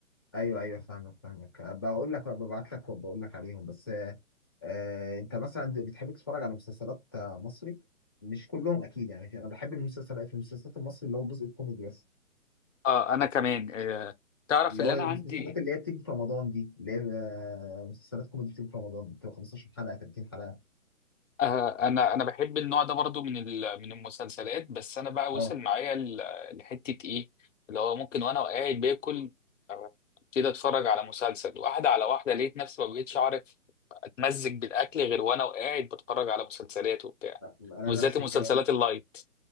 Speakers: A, on the left; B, on the left.
A: ايوه ايوه فاهمك فاهمك بقول لك ببعت لك وبقول لك عليهم بس آه آه، انت مثلا بتحب تتفرج على مسلسلات آه، مصري مش كلهم اكيد يعني انا بحب المسلسلات في المسلسلات المصري اللي هو الجزء الكوميدي بس
B: اه أنا كمان آه تعرف
A: اللي
B: اللي
A: هو
B: أنا
A: المسلسلات
B: عندي
A: اللي هي بتيجي في رمضان دي اللي هي آه، مسلسلات كوميدي بتيجي في رمضان بتبقى 15 حلقة 30 حلقة
B: آه، انا انا بحب النوع ده برضو من ال- من المسلسلات بس انا بقى
A: اه
B: وصل معايا ل- لحته ايه اللي هو ممكن وانا قاعد باكل آه، ابتدي اتفرج على مسلسل واحده على واحده لقيت نفسي ما بقتش اعرف اتمزج بالاكل غير وانا وقاعد بتفرج على مسلسلات وبتاع
A: انا
B: وبالذات
A: نفس
B: المسلسلات
A: الكلام
B: اللايت